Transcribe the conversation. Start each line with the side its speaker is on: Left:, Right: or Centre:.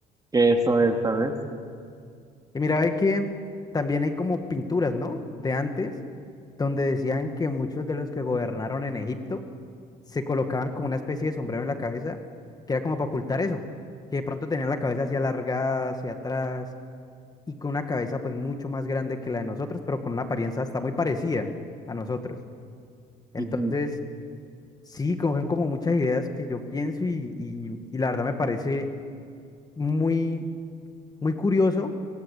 Right: que eso es, ¿sabes?
Left: Y mira, ve que también hay como pinturas, ¿no? De antes, donde decían que muchos de los que gobernaron en Egipto se colocaban como una especie de sombrero en la cabeza, que era como para ocultar eso, que de pronto tenían la cabeza así alargada, hacia atrás, y con una cabeza pues mucho más grande que la de nosotros, pero con una apariencia hasta muy parecida a nosotros. Entonces,
Right: Ujú.
Left: sí, como son como muchas ideas que yo pienso y, y, y la verdad me parece muy, muy curioso